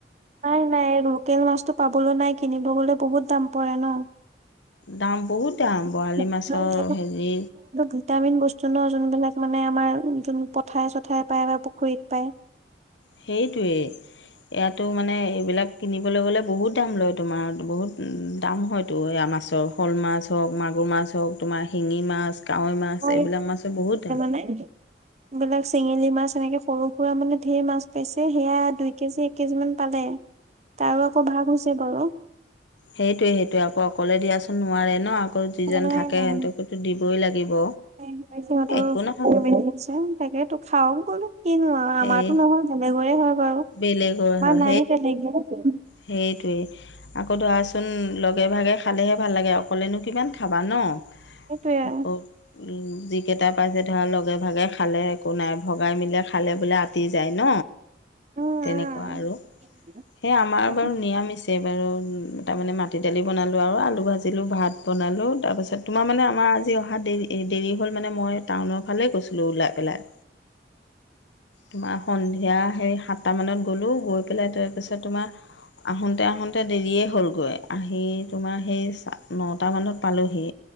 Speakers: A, on the right; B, on the left.
A: নাই, নাই লোকেল মাছতটো পাবলৈ নাই কিনিব গলে বহুত দাম পৰে ন।
B: দাম বহুত দাম
A: <inaudible>
B: বৰালি মাছৰ হেৰি
A: ভিটামিন বস্তু ন যোনবিলাক মানে আমাৰ যোন পথাৰে-চথাৰে পায় বা পুখুৰীত পায়।
B: সেইটোৱেই, ইয়াত এইটো মানে এইবিলাক কিনিবলৈ গ'লে বহুত দাম লয় তোমাৰ বহুত দাম হয়তো এয়া মাছৰ। শ'ল মাছ হওক, মাগুৰ মাছ হওক, তোমাৰ শিঙি মাছ, কাৱৈ মাছ
A: অ',
B: এইবিলাক মাছেই বহুত দাম।
A: <inaudible> বিলাক চেঙেলী মাছ এনেকে সৰু-সুৰা মানে ঢেৰ মাছ পাইছে সেয়া দুই কেজি এক কেজি মান পালে। তাৰো আকৌ ভাগ হৈছে বাৰু।
B: সেইটোৱে, সেইটোৱে আকৌ অকলে দিয়াচোন নোৱাৰে ন। আকৌ যি জন
A: নাই
B: থাকে
A: নাই
B: সিহঁতকতো দিবই লাগিব।
A: <unintelligible>
B: একো নহয়
A: তাকে, তোক খাও গলো কিনো আৰু
B: সেই
A: আমাৰতো নহয় বেলেগৰে হয় বাৰু, আমাৰ
B: বেলেগৰ হয়
A: নাই তেনেকে। <inaudible>
B: সেইটোৱে। আকৌ ধৰাচোন লগে-ভাগে খালেহে ভাল লাগে অকলেনো কিমান খাবা ন।
A: সেইটোৱে
B: <inaudible>
A: আৰু
B: উম, যিকেইটা পাইছে ধৰা লগে-ভাগে খালে একো নাই ভগাই মিলে খালে বোলে আ <unintelligible> যায় ন,
A: উম
B: তেনেকুৱা
A: উম
B: আৰু।
A: <inaudible>
B: সেইয়া আমাৰ
A: তাকে
B: বাৰু নিৰামিছে বাৰু তাৰমানে মাটি দালি বনালোঁ আৰু আলু ভাজিলোঁ, ভাত বনালোঁ তাৰপিছত তোমাৰ মানে আমাৰ আজি অহা দেৰি এই দেৰি হ'ল মানে মই টাউনৰ ফালে গৈছিলোঁ ওলাই পেলাই। তোমাৰ সন্ধিয়া হেৰি সাতটামানত গ'লোঁ গৈ পেলাই তাৰপিছত তোমাৰ আহোঁতে-আহোঁতে দেৰিয়ে হ'লগৈ, আহি তোমাৰ সেই চা নটামানত পালোঁহি।